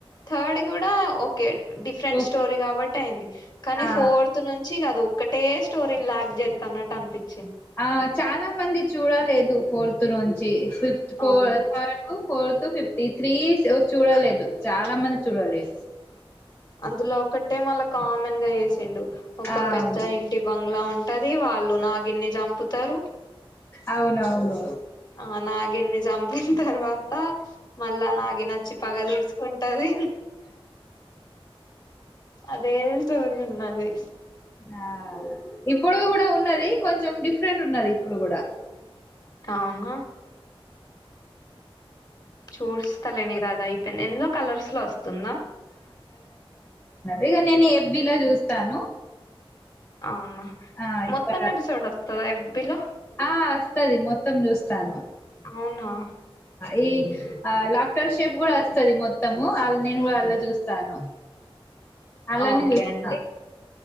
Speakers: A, on the left; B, on the left.
A: థర్డ్ కూడా కె డిఫరెంట్
B: ఓకే.
A: స్టోరీ కాబట్టి అయింది కానీ
B: ఆ!
A: ఫోర్త్ నుంచి కదు ఒకటే స్టోరీని లాక్ చెత్తాన్నట్టు అనిపిత్
B: ఆ చాలా మంది చూడలేదు ఫోర్త్ నుంచి ఫిఫ్త్ ఫోర్
A: అవును
B: థర్డ్ ఫోర్త్ ఫిఫ్త్ ఈ త్రీ చూడలేదు చాలా మంది చూడలేదు
A: అందులో ఒకటే మళ్ళా కామన్ గా వేసి సిండు ఒక
B: ఆ
A: పెద్ద
B: అవును
A: ఇంటి బంగ్లా ఉంటది వాళ్ళు నాగిన్ని చంపుతారు
B: అవునవును
A: ఆ నాగిన్ని జంపి తర్వాత మళ్ళా నాగిన్ నచ్చి పగ తీర్చుకుంటది అదే స్టోరీ ఉన్నాది
B: ఆ ఇప్పుడు కూడా ఉన్నది కొంచం కొంచెం డిఫరెంట్ ఉన్నది ఇప్పుడు కూడా
A: అవునా చూడస్తలేని కదా ఈ పెన్ ఎంద్లో కలర్స్ లో వస్తుందా
B: ఇగ నేను ఎఫ్ బిలా చూస్తాను
A: అవునా
B: ఆ
A: మొత్తం
B: ఇక్కడ
A: ఎపిసోడ్ వస్తద ఎఫ్ బి లో
B: ఆ వస్తది మొత్తం చూస్తాను
A: అవునా
B: ఈ ఆ లాఫ్టర్ షేప్ కూడా వస్తది మొత్తము వాళ్ నేను కూడా అళ్లా చూస్తాను అలాని
A: ఓకే
B: చూస్తా
A: అండి